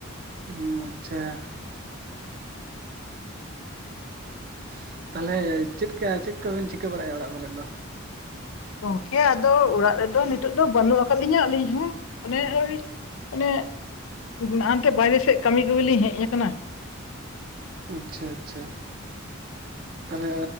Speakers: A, on the right; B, on the left.
A: ᱩᱸ ᱟᱪᱪᱷᱟ! <inaudible> ᱛᱟᱦᱮᱞᱮ ᱪᱮᱫ ᱠᱚᱭᱟ ᱪᱮᱫ ᱠᱚᱵᱤᱱ ᱪᱤᱠᱟᱹ ᱵᱟᱲᱟᱭᱮᱫᱼᱟ ᱚᱲᱟᱜ ᱠᱚᱨᱮᱫ ᱫᱚ?
B: ᱜᱚᱝᱠᱮ ᱟᱫᱚ ᱚᱲᱟᱜ ᱨᱮᱫᱚ ᱱᱤᱛᱚᱜ ᱫᱚ ᱵᱟᱹᱱᱩᱜ ᱟᱠᱟᱫ ᱞᱤᱧᱟᱹ ᱟᱹᱞᱤᱧ ᱦᱚᱸ, ᱚᱱᱮ ᱳᱭ ᱚᱱᱮ ᱱᱦᱟᱱᱛᱮ ᱵᱟᱭᱨᱮ ᱥᱮᱫ ᱠᱟᱹᱢᱤ ᱠᱚᱜᱮ ᱞᱤᱧ ᱦᱮᱡ ᱟᱠᱟᱱᱟ᱾
A: ᱟᱪᱪᱷᱟ ᱟᱪᱪᱷᱟ ᱛᱟᱦᱚᱞᱮ